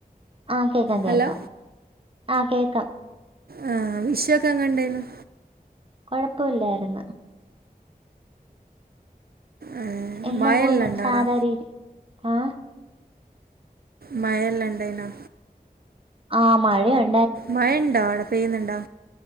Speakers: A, on the right; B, on the right.
A: ആ കേക്കാം കേക്കാം
B: ഹലോ
A: ആ കേക്കാം
B: ആ വിഷൊക്കെ എങ്ങനെ ഇണ്ടായിരുന്നു.
A: കൊഴപ്പവില്ലായിര്ന്നു
B: ഏ,
A: എന്നും
B: മഴ
A: പോവ്ന്ന്
B: എല്ലാം ഉണ്ടാടാ
A: സാധാ രീതി ആ
B: മഴയെല്ലാം ഇണ്ടെയ്നോ?
A: ആ മഴയൊൺ
B: മഴണ്ടോ അവ്ടെ പെയ്യ്ന്ന്ണ്ടോ?